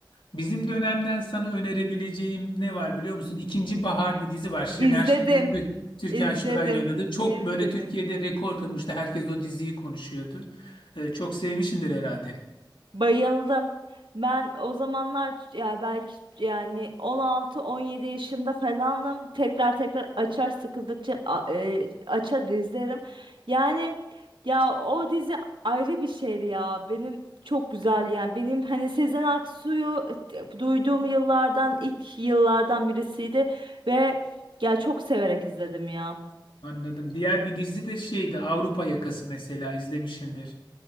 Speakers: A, on the left (about 85°); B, on the right (about 85°).
A: Bizim dönemden sana önerebileceğim ne var biliyor musun? İkinci Bahar bir dizi var. Şener
B: İzledim.
A: Şen ve Tür- Türkan
B: İzledim.
A: Şoray'ın oynadığı. Çok
B: İzledim.
A: böyle Türkiye'de rekor kırmıştı. Herkes o diziyi konuşuyordu. Ee, çok sevmişsindir herhalde.
B: Bayıldım. Ben o zamanlar ç- ya belki yani on altı on yedi yaşında falanım. Tekrar tekrar açar sıkıldıkça a- e, açar izlerim. Yani ya o dizi ayrı bir şeydi ya. Benim çok güzel yani. Benim hani Sezen Aksu'yu e, duyduğum yıllardan ilk yıllardan birisiydi ve ya çok severek izledim ya.
A: Anladım. Diğer bir dizi de şeydi Avrupa Yakası mesela izlemişsindir.